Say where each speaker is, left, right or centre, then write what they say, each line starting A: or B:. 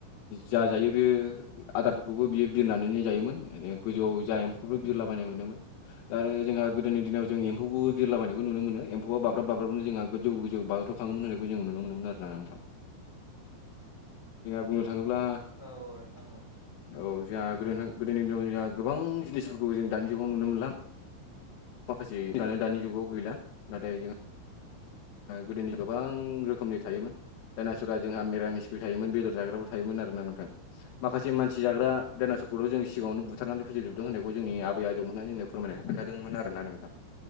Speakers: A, on the left; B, on the left.
A: जा जायो बेयो आदारफोरखौबो बियो बिरनानै जायोमोन गोजौ जा एम्फौखौबो बिरलाबायोमोन। आरो जोंहा गोदोनि दिनाव जों एम्फौखौबो बिरला बायनायखौ नुनो मोनोमोन एम्फौआ बाब्राब बाब्राबनो जोंहा गोजौ गोजौ बाजल' खाङोमोन होननायखौ जों नुनो मोनोमोन आरोना नोंथां। जोंहा बुंनो थाङोब्ला
B: औ नोंथां औ
A: औ जोंहा गोदो गोदोनि दिनाव जोंहा गोबां जिनिसफोरखौ जों दानि जुगाव नुनो मोनला माखासेनो दानि जुगाव गैला नाथाय जों गोदोनि गोबां रोखोमनि थायोमोन। दानासुरा जोंहा मिरामिसबो थायोन बेदर जाग्राबो थायोमोन आरोना नोंथां। माखासे मानसि जाग्रा दायनासरफोरखौ' जों सिगाङावनो बुथारनानै फोजोबजोबदों होननायखौ जोंनि आबै आजौमोनहा जोंनो फोरमायनो खोन्थादोंमोन आरोना नोंथां